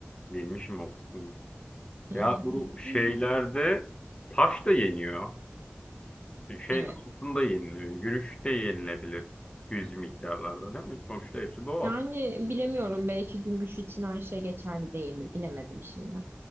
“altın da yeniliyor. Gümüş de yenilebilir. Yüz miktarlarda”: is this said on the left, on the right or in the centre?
Left